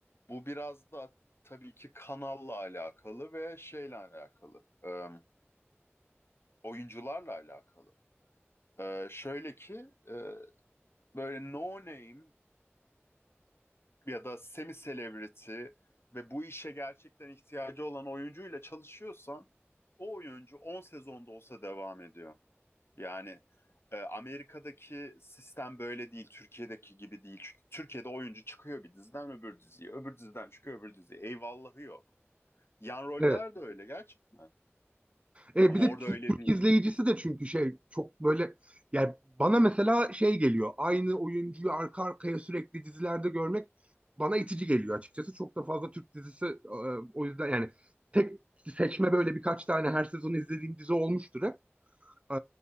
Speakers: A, on the left; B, on the right.
A: bu biraz da tabii ki kanalla alakalı ve şeyle alakalı. Ee, oyuncularla alakalı. Ee, şöyle ki e, böyle no name ya da semi celebrity ve bu işe gerçekten ihtiyacı olan oyuncuyla çalışıyorsan o oyuncu 10 sezonda olsa devam ediyor. Yani e, Amerika'daki sistem böyle değil, Türkiye'deki gibi değil. Çünkü Türkiye'de oyuncu çıkıyor bir diziden öbür diziye, öbür diziden çıkıyor öbür diziye. Eyvallahı yok. Yan roller
B: Evet.
A: de öyle gerçekten.
B: E,
A: Ama
B: bir de
A: orada
B: Türk,
A: öyle
B: Türk
A: değil.
B: izleyicisi de çünkü şey çok böyle yani bana mesela şey geliyor. Aynı oyuncuyu arka arkaya sürekli dizilerde görmek bana itici geliyor açıkçası. Çok da fazla Türk dizisi e, o yüzden yani tek seçme böyle birkaç tane her sezon izlediğim dizi olmuştur hep. Ee,